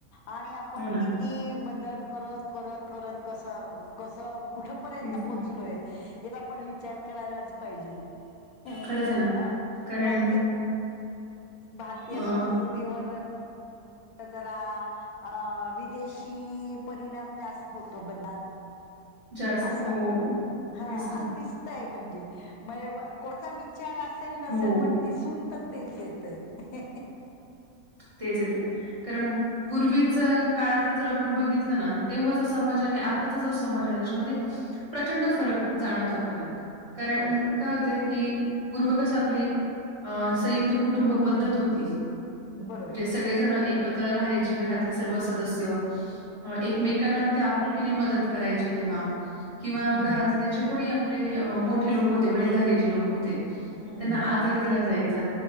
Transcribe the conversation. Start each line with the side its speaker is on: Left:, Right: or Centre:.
Left: आणि आपण
Right: हो ना.
Left: की ती बदल करत करत करत कसं कसं कुठ पर्यंत
Right: तेच
Left: पोहोचलोय
Right: ना.
Left: हेचा आपण विचार करायलाच पाहिजे. अ
Right: खरंच आहे ना.
Left: अ
Right: कारण
Left: भारतीय भारतीय
Right: अ,
Left: संस्कृतीवर म जरा अ विदेशी परिणाम जास्त होतो ब
Right: जास्त
Left: अस
Right: हो.
Left: हा
Right: तेच ना.
Left: अस दिस त्याय म्हणजे कोणाचा विचार असेल नसेल
Right: हो.
Left: पण दीस दिसून तर तेच येत आहे.
Right: तेज येते कारण पूर्वीच काळातलं जर आपण बघितलं ना तेव्हाचा समाज आणि आताचा जो समाज आहे न त्याच्यामध्ये प्रचंड फरक जाणवतो आपल्याला कारण
Left: हो
Right: काय होतय की पूर्व कस आपली अ संयुक्त कुटुंब पद्धत होती.
Left: बरोबर
Right: म्हणजे सगळेजण
Left: आहे
Right: एकत्र राहायचे घरातले सर्व सदस्य एकमेकांना अगदी आप पुुलकीने मदत करायचे तेव्हा किंवा
Left: हम्म
Right: घरातले जे कोणी आपले मोठे लोक होते वडीलधारी जे लोक होते त्यांना
Left: हम्म
Right: आदर दिला जायचात